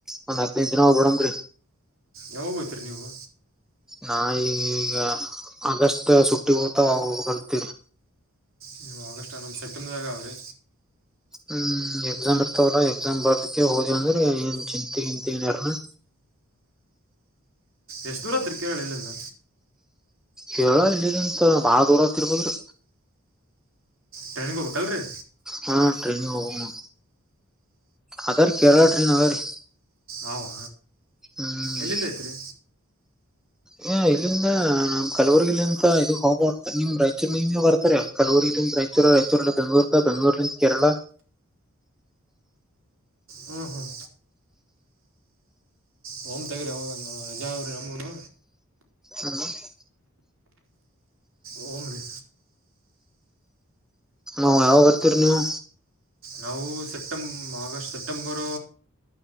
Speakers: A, in the centre; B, on the right (about 60°).
A: ಒಂದ್ ಹದ್ನೈದು ದಿನ ಹೋಗ್ಬಡಮ್ರಿ.
B: ಯಾವಾಗ ಹೋತಿರಿ ನೀವು.
A: ನಾ ಈಗ ಆಗಸ್ಟ್ ಸುಟ್ಟಿ ಹೋಗ್ತಾವ ಅವಾಗ ಹೋಗಬೇಕು ಅಂತೀವ್ರಿ.
B: ನೀವು ಆಗಸ್ಟ, ನಮ್ದು ಸೆಪ್ಟೆಂಬರ್ರೆಗ ಅವ್ರಿ.
A: ಹ್ಮ್ ಎಕ್ಸಾಮ್ ಇರ್ತವಲ್ಲಾ ಎಕ್ಸಾಮ್ ಬರ್ದಕ ಹೋದ ಅಂದ್ರೆ ಏನ್ ಚಿಂತೆ ಹಿಂತೆ ಏನಿರಲ್ಲ.
B: ಎಷ್ಟ್ ದೂರ ಹಾತತ್ರಿ ಕೇರಳ ಇಲ್ಲಿಂದ?
A: ಕೇರಳ ಇಲ್ಲಂತ ಬಾಳ ದೂರ ಆತಿರ್ಬೋದ್ರಿ.
B: ಟ್ರೈನ್ಗೆ ಹೋಗಬೇಕಲ್ರಿ.
A: ಹಾ ಟ್ರೇನು ಹ ಮಾಡ ಅದಾರೀ ಕರಳ ಟ್ರೇನ್ ಅದಾರಿ.
B: ಹವಾ
A: ಹ್ಮ್
B: ಎಲ್ಲಿಂದ ಐತ್ರಿ?
A: ಹ ಇಲ್ಲಿಂದ ನಮ್ ಕಲಬರಿಲ್ಲಿಂತ ಇದು ಹೋಗ್ಬ ನಿಮ್ ರಾಯಚೂರ್ ಮೆಲ್ ಬರ್ತಾರೆ, ಕಲಬರಿಗಿ ಇಲ್ಲಿಂದ ರಾಯಚೂರ, ರಾಯಚೂರಿಂದ ಬೆಂಗ್ಳೂರ್ ಕ ಬೆಂಗಗಳೂರಿಂದ ಕೇರಳ.
B: ಹ್ಮ್ ಹ್ಮ್ ಹೋಮ್ ತಗರಿ ಹೋಗಂತ ರಜರಿ ನಮ್ಮೂನು
A: ಹ್ಮ್
B: ಹೋಮ್ ರೀ.
A: ಹ ಯಾವಾಗ ಬರ್ತೀರಿ ನೀವು?
B: ನಾವು ಸೆಪ್ಟೆ ಆಗಸ್ಟ್ ಸೆಪ್ಟೆಂಬರ್,